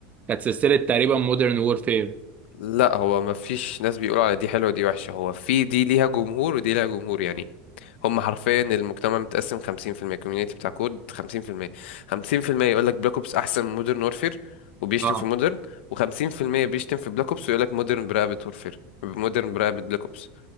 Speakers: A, on the right; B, on the left.
A: كانت سلسلة تقريبا مودرن وورفير
B: لا هو ما فيش ناس بيقولوا على دي حلوة ودي وحشة هو في دي ليها جمهور ودي ليها جمهور يعني هم حرفيا المجتمع متقسم 50% الكوميونيتي بتاع كود 50% 50% يقول لك بلاك اوبس احسن من مودرن وورفير وبيشتم
A: اه
B: في مودرن و50% بيشتم في بلاك اوبس ويقول لك مودرن برقبة وورفير مودرن برقبة بلاك اوبس